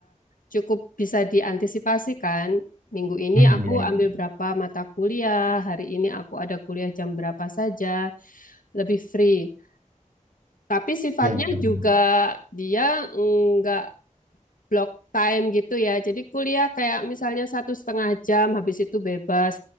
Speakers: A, on the left; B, on the right.
A: cukup bisa diantisipasi kan. Minggu ini
B: Hmm,
A: aku
B: iya,
A: ambil
B: iya.
A: berapa mata kuliah, hari ini aku ada kuliah jam berapa saja, lebih free. Tapi sifatnya
B: Iya, benar-benar.
A: juga dia enggak block time gitu ya. Jadi kuliah kayak misalnya satu setengah jam, habis itu bebas.